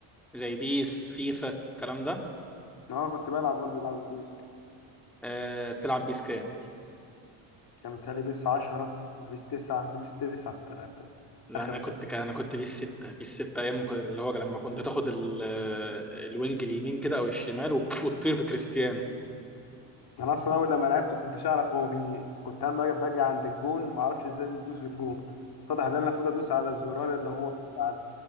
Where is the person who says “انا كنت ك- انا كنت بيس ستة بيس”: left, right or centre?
Centre